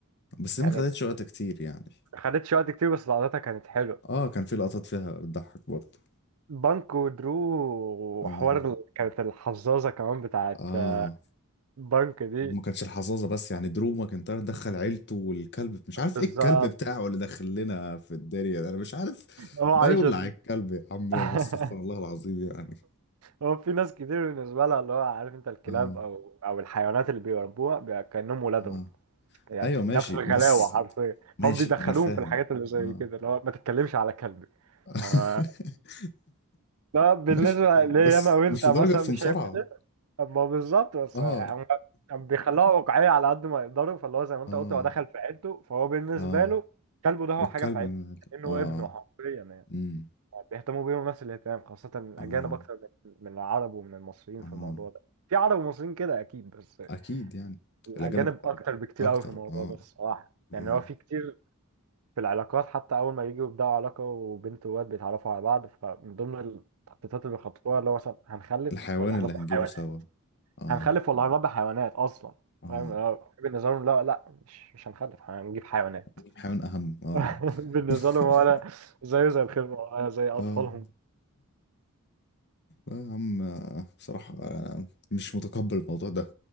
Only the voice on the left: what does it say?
بس
ما خدتش وقت كتير يعني
اه كان في لقطات فيها بتضحك برضه
اه
اه
وما كانش الحظاظه بس يعني دروب ماكنتاير دخل عيلته والكلب مش عارف
ايه الكلب بتاعه اللي دخل لنا في الدنيا ده انا مش عارف
ما
يولع الكلب يا عم
لما استغفر الله العظيم يعني
اه
اه
ايوه ماشي
بس
ماشي
انا فاهم
اه
<laughs>
ماشي يا عم،
بس
مش
لدرجه في مصارعه
اه
<laughs>
اه
اه
الكلب
من
ال-
اه
امم
اه
اه
اكيد يعني
الاجانب
اكتر
اه
اه
الحيوان
اللي
هنجيبه
سوا اه
اه
الحيوان اهم اه
<laughs>
اه آه يا عم آه، بصراحة أنا مش متقبل الموضوع ده